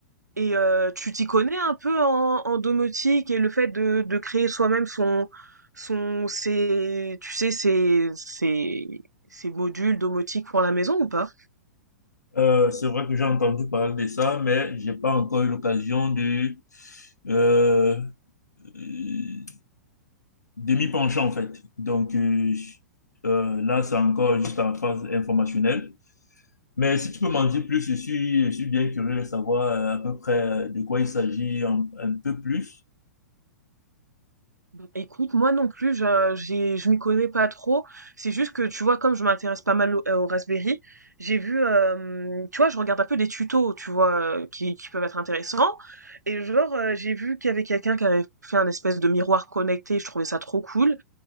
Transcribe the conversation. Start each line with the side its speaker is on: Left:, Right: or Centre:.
Right: Et euh, tu t'y connais un peu en, en domotique et le fait de, de créer soi-même son, son, ses, tu sais, ses, ses, ses modules domotiques pour la maison ou pas?
Left: Euh, c'est vrai que j'ai entendu parler de ça, mais j'ai pas encore eu l'occasion de, euh, euh, de m'y pencher en fait. Donc euh, je- euh, là, c'est encore juste en phase informationnelle. Mais si tu peux m'en dire plus, je suis, je suis bien curieux de savoir euh, à peu près euh, de quoi il s'agit un, un peu plus.
Right: Bah, Écoute, moi non plus, je, j'ai, je m'y connais pas trop. C'est juste que, tu vois, comme je m'intéresse pas mal au, euh, au Raspberry, j'ai vu, euh, tu vois, je regarde un peu des tutos, tu vois, euh, qui, qui peuvent être intéressants. Et genre, euh, j'ai vu qu'il y avait quelqu'un qui avait fait un espèce de miroir connecté, je trouvais ça trop cool.